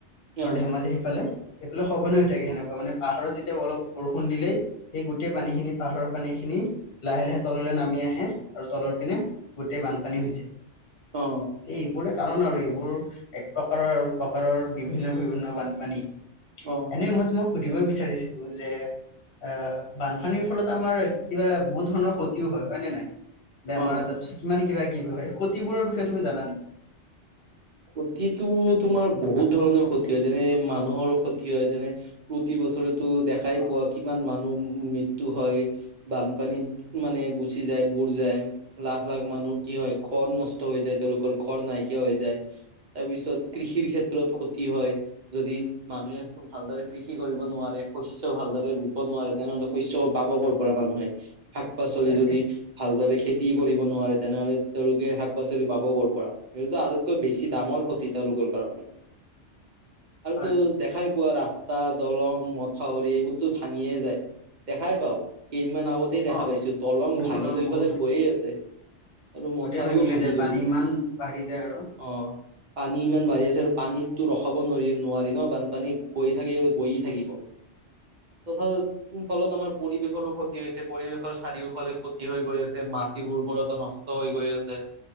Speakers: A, on the right (about 45°); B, on the left (about 55°).
A: অ
B: আৰু ধেমাজি সেইফালে সেইফালে সঘনে হৈ থাকে সেনেকুৱা মানে পাহাৰত যেতিয়া অলপ বৰষুণ দিলেই সেই গোট- গোটেই পানী খিনি পাহাৰৰ পানী খিনি লাহে লাহে তললৈ নামি আহে আৰু তলৰ পিনে গোটেই বানপানী হৈ যায়
A: অ
B: তে এইবোৰে কাৰণ আৰু এইবোৰ এক প্ৰকাৰৰ আৰু প্ৰকাৰৰ বিভিন্ন বিভিন্ন বানপানী
A: অ
B: এনে মই তোমাক সুধিব বিচাৰিছিলো যে আহ বানপানীৰ ফলত আমাৰ কিবা বহুত ধৰণৰ ক্ষতিও হয় নে নাই বেমাৰ
A: অ
B: আজাৰ কিমান কিবা কি কয় সতিবোৰৰ বিষয়ে তুমি জানা নেকি?
A: ক্ষতিটো তোমাৰ বহুত ধৰণৰ ক্ষতি হয় যেনে মানুহৰো ক্ষতি হয়, যেনে প্ৰতি বছৰে তো দেখাই
B: অ
A: পোৱা কিমান মানুহ মৃত্যু হয় বানপানীত মানে গুচি যায় বুুৰ যায় লাখ লাখ মানুহ কি হয় ঘৰ নষ্ট হৈ যায় তেওঁলোকৰ ঘৰ নাইকিয়া হৈ যায় তাৰপিছত কৃষিৰ ক্ষেত্ৰত ক্ষতি হয় যদি মানুহে খুব ভালদৰে কৃষি কৰিব নোৱাৰে শস্য ভালদৰে ৰুব নোৱাৰে তেনেহলে শস্য পাব কৰ পৰা মানুহে শাক শাক পাচলি
B: তাকে
A: যদি ভালদৰে খেতি কৰিব নোৱাৰে তেনেহলে তেওঁলোকে শাক পাচলি পাব কৰ'ৰ পৰা সেইটোটে আৰোপ কৈ বেছি ডাঙৰ ক্ষতি তেওঁলোকৰ কাৰণে আৰু
B: হয়
A: তো দেখাই পোৱা ৰাস্তা দলং মথাউৰি এইবোৰতো ভাঙিয়ে যায় দেখাই পাওঁ কেইদিনমান আগতেই দেখা
B: অ
A: পাইছো দলং
B: বহুত
A: ভাগি
B: অ
A: লৈ
B: বহুত
A: পেলাই গৈয়ে আছে। আৰু
B: গোটেই
A: মথাউৰিও
B: ভাঙি লৈ যায় পানী
A: গৈছে
B: ইমান বাঢ়ি যায় আৰু।
A: অ পানী ইমান বাঢ়ি আছে আৰু পানীতো ৰখাব নোৱাৰি, নোৱাৰি ন বানপানীক। গৈ থাকি গৈয়ে থাকিব।
B: <inaudible>
A: তথা ফলত আমাৰ পৰিৱেশৰো ক্ষতি হৈছে। পৰিৱেশৰ চাৰিওফালে ক্ষতি হৈ গৈ আছে। মা মাটিৰ উৰ্বৰতা নষ্ট হৈ গৈ আছে।